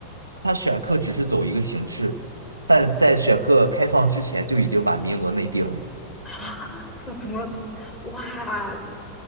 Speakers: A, on the right (about 80°); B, on the left (about 15°).
A: 它选课只是走一个形式，但在选课开放之前就已经把名额内定了，
B: 啊？怎怎么哇？